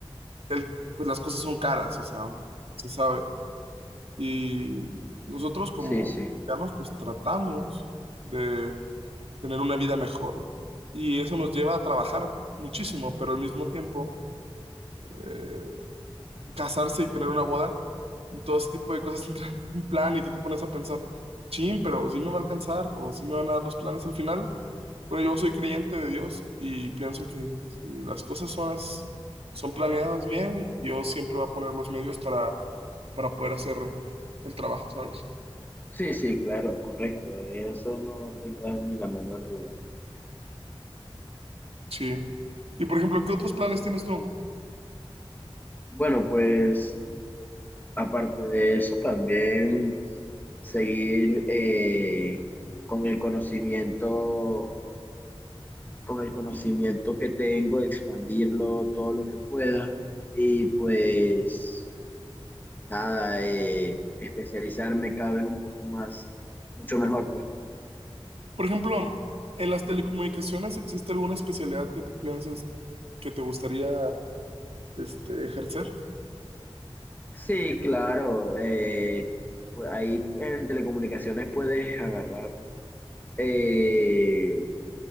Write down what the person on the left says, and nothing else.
Sí, sí.
Sí, sí, claro, correcto. Eso no tengas ni la menor duda.
Bueno, pues aparte de eso, también seguir eh, con el conocimiento, con el conocimiento que tengo, expandirlo todo lo que pueda. Y pues nada, eh, especializarme cada vez un poco más, mucho mejor, pues.
Sí, claro. eh, pues ahí en telecomunicaciones puedes agarrar. eh,